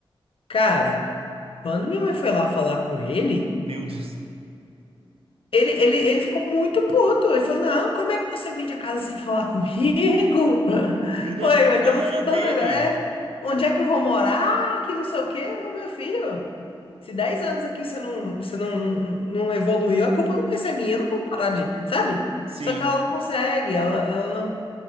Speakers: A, on the left; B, on the right.
A: Cara, quando minha mãe foi lá falar com ele,
B: Meu Deus.
A: ele, ele, ele ficou muito puto. Ele falou: Não, como é que você vende a casa sem falar comigo? <laughs>
B: Meu Deus,
A: Ué,
B: achando
A: mas
B: que a casa
A: estamos
B: era
A: falando
B: dele.
A: agora. É, onde é que eu vou morar? Que não sei o quê. Eu falei, meu filho, se 10 anos aqui você não, você não, não, não evoluiu, a culpa não vai ser minha. Eu não vou parar de. Sabe?
B: Sim,
A: Só que ela não consegue, ela, ela não